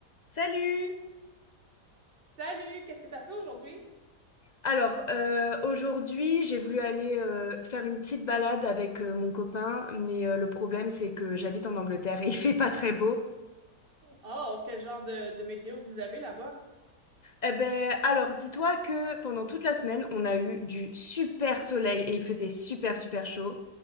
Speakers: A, on the left; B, on the right.
A: Salut!
B: Salut, qu'est-ce que t'as fait aujourd'hui?
A: Alors, euh, aujourd'hui, j'ai voulu aller euh, faire une petite balade avec euh, mon copain, mais euh, le problème, c'est que j'habite en Angleterre et <laughs> il fait pas très beau.
B: Oh, quel genre de, de météo que vous avez là-bas?
A: Eh ben, alors, dis-toi que pendant toute la semaine, on a eu du super soleil et il faisait super, super chaud.